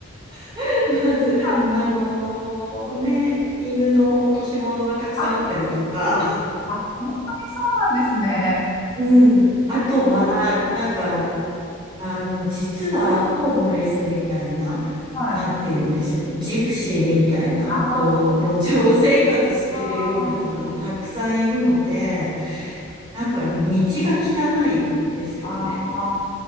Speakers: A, on the right; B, on the left.
A: <laughs> まず、
B: うなんですね。
A: あのーね、犬の落とし物がたくさんあったりとか、
B: あ、あ、本当にそうなんですね。
A: うん。あとは、なんか、あの、実はホームレスみたいな、
B: はい。
A: なんて言うんでしょう、ジプシーみたいな、
B: あ
A: こう、路上生活してるような人もたくさんいるので、
B: あ、<laughs>
A: なんか道が汚いですよね。
B: ああ、